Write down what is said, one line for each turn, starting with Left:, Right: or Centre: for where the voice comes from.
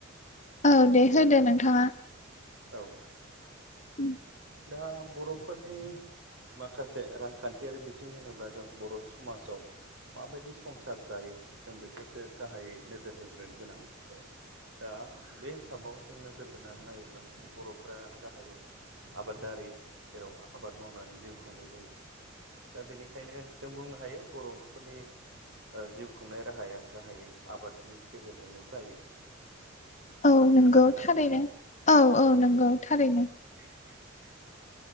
Left: औ दे होदो नोंथाङा
Right: औ
Left: उम
Right: दा बर'फोरनि माखासे रांखान्थियारि बिथिं होनोब्ला जों बर' समाजाव माबायदि संसार जायो जों बेखौसो गाहायै नोजोर होग्रोनो गोनां दा बे हिसाबाव जों नोजोर होनानै नायोब्ला बर'फ्रा गाहायै आबादारि जेराव आबाद मावनानै जिउ खुंनाय जायो दा बेनिखायनो जों बुंनो हायो बर'फोरनि ओ जिउ खुंनाय राहाया गाहायै आबादनि गेजेरजोंनो जायो
Left: औ नोंगौ
Right: खोनादोंना
Left: थारैनो
Right: नोंथाङा?
Left: औ औ नंगौ थारैनो
Right: <inaudible>